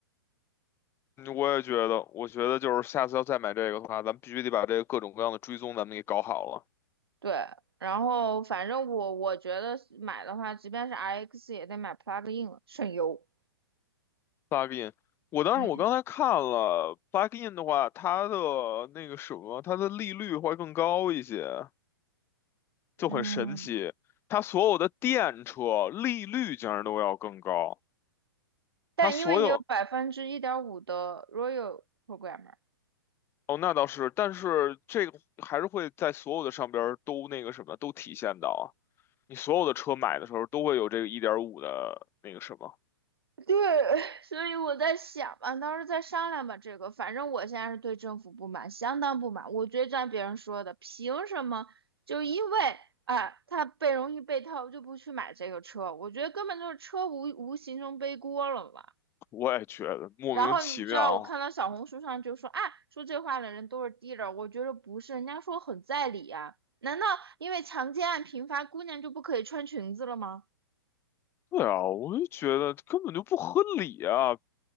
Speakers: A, on the left; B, on the right.
A: 嗯我也觉得，我觉得就是下次要再买这个的话，咱们必须得把这个各种各样的追踪咱们给搞好了。
B: 对，然后反正我我觉得买的话，即便是 RX 也得买 plug in 了，省油。
A: Plugin，我当时我刚才看了
B: 嗯
A: Plugin 的话，它的那个什么，它的利率会更高一些，就很神奇。
B: 嗯，
A: 它所有的电车利率竟然都要更高，
B: 但因为你有百分之一点五的
A: 它所有。
B: Royal Program。m e r
A: 哦，那倒是，但是这个还是会在所有的上边儿都那个什么，都体现到啊。你所有的车买的时候都会有这个一点五的那个什么，
B: <laughs> 对，所以我在想吧，到时候再商量吧。这个，反正我现在是对政府不满，相当不满。我觉得就像别人说的，凭什么就因为啊，他被容易被套，就不去买这个车？我觉得根本就是车无无形中背锅了嘛。
A: 我也觉得莫名其妙。
B: 然后你知道，我看到小红书上就说啊，说这话的人都是 dealer，我觉得不是，人家说很在理啊。难道因为强奸案频发，姑娘就不可以穿裙子了吗？
A: 对啊，我就觉得根本就不合理啊！